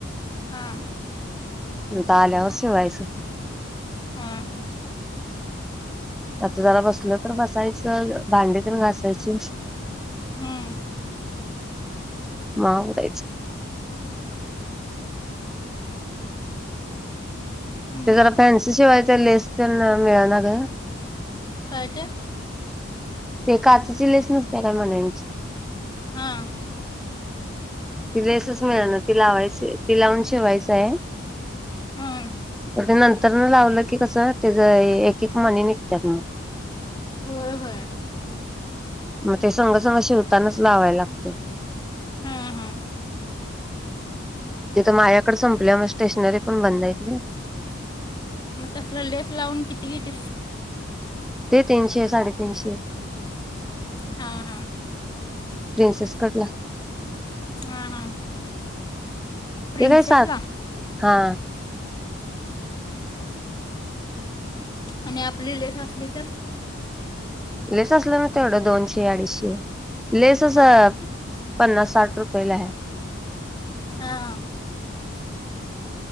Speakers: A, on the left; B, in the centre.
A: हां
B: आता आल्यावर शिवायच
A: हां
B: आता जरा बसलोय तर बसायचं भांडेतेन घासायची
A: हां
B: माग आवरायंच ते
A: मग
B: जरा फॅन्सी शिवायच आहे लेस ते मिळणा ग
A: काय ते
B: ते काचची लेस नसतीया काय मण्यांनची
A: हां
B: ती लेसच मिळाणार ती लावायची ती लावून शिवायच आहे
A: हां
B: तर ते नंतर न लावलं कि कसं त्याच एक एक मणी निघत्यात मग
A: होय होय
B: मग ते संग संंग शिवतानाच लावायला लागते
A: हां हां
B: तिथ मायाकडे संपल्या मग स्टेशनरी पण बंद आहेत ना
A: मग तसल लेस लावून किती घेतीस
B: ते तीनशे साडेतीनशे
A: हां हां
B: प्रिनसेस कटला
A: हां हां प्रिन्सेसला
B: ते काय साध हा
A: आणि आपली लेस असली तर
B: लेस असला ना तेवढं दोनशे अडीचशे लेसच
A: हां
B: पन्नास साठ रुपयला हाय
A: हां